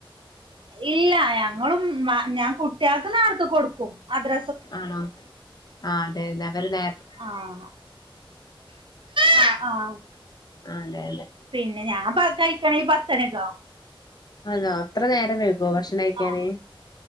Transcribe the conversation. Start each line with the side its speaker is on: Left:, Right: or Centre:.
Right: ഇല്ല. ഞങ്ങളും മ്മ ഞാൻ കുട്ട്യാക്ക് നാർത്ത കൊടുക്കും മദ്ര
Left: ആണോ ആഹ് അതെ ലവര് നേ
Right: ആഹ് ആഹ് ആഹ്
Left: ആഹ് അതെ അതെ
Right: പിന്നെ ഞാൻ പ കയ്ക്കണെങ് പത്തണിക്കാവും.
Left: അലോ അത്ര നേരം വെയ്കോ ഭഷ്ണയ്ക്കാന്.
Right: ആഹ്